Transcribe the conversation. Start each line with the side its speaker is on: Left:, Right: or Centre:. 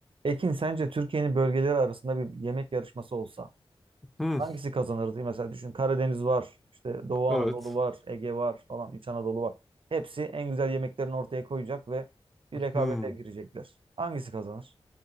Right: Ekin sence Türkiye'nin bölgeleri arasında bir yemek yarışması olsa
Centre: Hmm,
Right: hangisi kazanırdı? Mesela düşün Karadeniz var, işte Doğu Anadolu
Centre: evet.
Right: var, Ege var falan, İç Anadolu var. Hepsi en güzel yemeklerini ortaya koyacak ve bir rekabete
Centre: Hmm.
Right: girecekler. Hangisi kazanır?